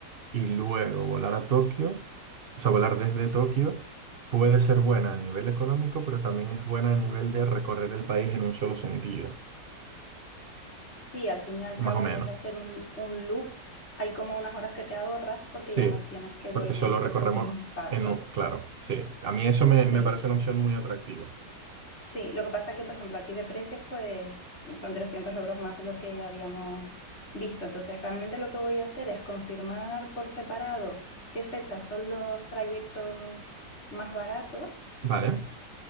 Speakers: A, on the right; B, on the left.
A: y luego volar a Tokio, o sea, volar desde Tokio, puede ser buena a nivel económico, pero también es buena a nivel de recorrer el país en un solo sentido,
B: sí, al fin y al
A: más
B: cabo,
A: o menos.
B: en vez de hacer un, un loop, hay como unas horas que te ahorras porque
A: Sí,
B: ya no tienes que volver
A: porque solo recorremos
B: por tus mismos pasos.
A: en un... Claro, sí. A mí eso
B: Sí,
A: me, me parece una opción muy atractiva.
B: Sí, lo que pasa es que, por ejemplo, aquí de precios, pues son 300 euros más de lo que habíamos visto. Entonces, realmente lo que voy a hacer es confirmar por separado qué fechas son los trayectos más baratos,
A: Vale.